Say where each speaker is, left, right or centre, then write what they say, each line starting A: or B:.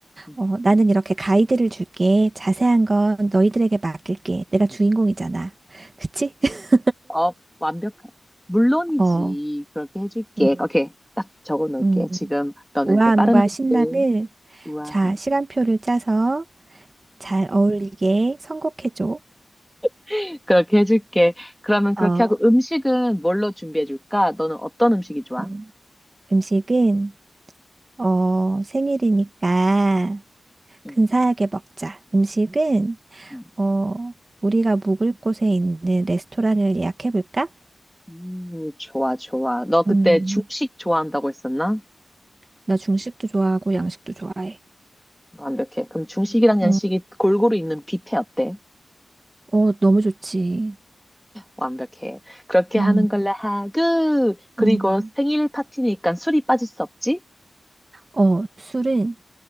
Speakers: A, in the centre; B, on the right (about 35°).
A: 음,
B: 어, 나는
A: 음.
B: 이렇게 가이드를 줄게. 자세한 건 너희들에게 맡길게. 내가 주인공이잖아. 그치? <laughs>
A: 어, 완벽한. 물론이지.
B: 어,
A: 그렇게 해줄게.
B: 음,
A: 오케이. 딱 적어 놓을게.
B: 음.
A: 지금 너는
B: 우아함과
A: 이제 빠른
B: 신남을
A: 비트. 우와.
B: 자, 시간표를 짜서 잘 어울리게 선곡해줘.
A: <laughs> 그렇게 해줄게. 그러면 그렇게
B: 어,
A: 하고 음식은 뭘로 준비해 줄까? 너는 어떤 음식이 좋아?
B: 음, 음식은 어, 생일이니까
A: 응.
B: 근사하게 먹자. 음식은
A: 응.
B: 어, 우리가 묵을 곳에 있는 레스토랑을 예약해볼까?
A: 음, 좋아, 좋아. 너 그때
B: 음,
A: 중식 좋아한다고 했었나?
B: 나 중식도 좋아하고 양식도 좋아해.
A: 완벽해. 그럼 중식이랑
B: 어,
A: 양식이 골고루 있는 뷔페 어때?
B: 어, 너무 좋지.
A: 완벽해. 그렇게
B: 음.
A: 하는 걸로 하고, 그리고
B: 음,
A: 생일 파티니까 술이 빠질 수 없지?
B: 어, 술은